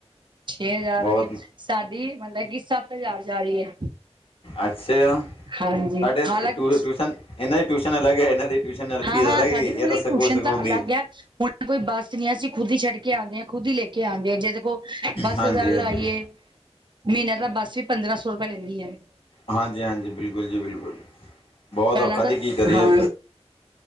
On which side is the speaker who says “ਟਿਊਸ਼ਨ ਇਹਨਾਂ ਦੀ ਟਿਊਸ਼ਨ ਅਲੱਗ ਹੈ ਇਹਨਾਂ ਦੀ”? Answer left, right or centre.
Left